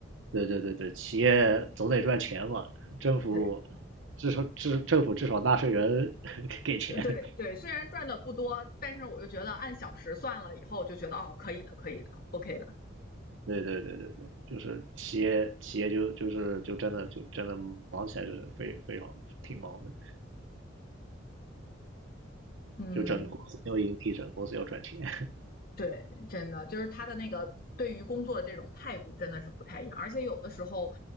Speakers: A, on the right; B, on the left.
A: 对对对对，企业总得赚钱嘛，政府
B: 对
A: 至少至政府至少纳税人 <laughs> 给钱，
B: 对对，虽然赚的不多，但是我就觉得按小时算了以后，就觉得哦，可以的，可以的，OK 的。
A: 对对对对对，就是企业企业就就是就真的就真的忙起来是非非常挺忙的，
B: 嗯，
A: 就整个公司要盈利，整个公司要赚钱，<laughs>
B: 对，真的就是他的那个对于工作的这种态度真的是不太一样，而且有的时候，